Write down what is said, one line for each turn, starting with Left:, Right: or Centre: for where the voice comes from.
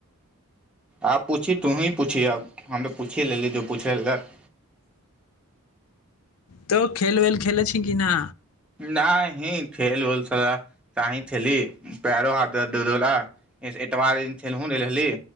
Centre: आब पूछि तूही पूछि अब हम तऽ पूछिए लेलीै जो पूछय लेलक
Left: तऽ खेल वेल खेल छी कि न
Centre: न ही खेल उल चाही खेली पैरो हाथ दला एतबार दिन खेलहु रहली